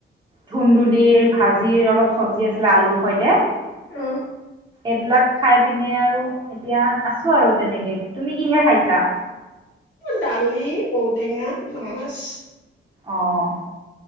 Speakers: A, on the right; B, on the left.
A: ধুন্দুলিৰ ভাজিৰ অলপ চব্জি আছিলে আলুৰ সৈতে।
B: অ'।
A: এইবিলাক খাই পিনে আৰু এতিয়া আছো আৰু তেনেকে। তুমি কিহে খাইছা?
B: দালি, ঔটেঙা, মাছ
A: অঁ।